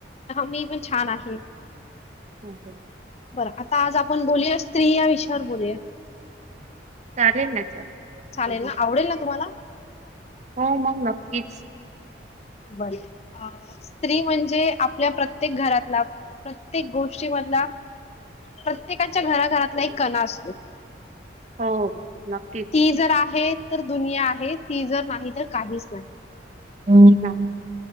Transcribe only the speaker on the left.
मी पण छान आहे.
बरं आता आज आपण बोलूया स्त्री या विषयावर बोलूया
चालेल
ना आवडेल ना तुम्हाला?
बर स्त्री म्हणजे आपल्या प्रत्येक घरातला प्रत्येक गोष्टी मधला. प्रत्येकाच्या घराघरातला एक कणा असतो.
ती जर आहे तर दुनिया आहे ती जर नाही तर काहीच नाही.